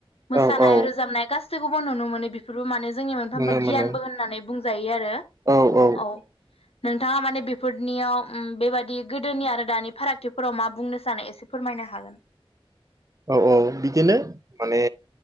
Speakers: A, on the left; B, on the right.
A: मोसानाय
B: औ औ
A: रोजाबनाय गासैबो गाखौबो नुनो मोनो बेफोरबो माने जोंनि मोनफ्रोमबो
B: नुनो
A: गियानबो
B: मोनो
A: होननानै बुंजायो आरो
B: औ औ
A: औ नोंथाङा माने बेफोरनियाव उम बेबादि गोदोनि आरो दानि फारागथिफोराव मा बुंनो सानो एसे फोरमायनो हागोन।
B: औ औ बिदिनो माने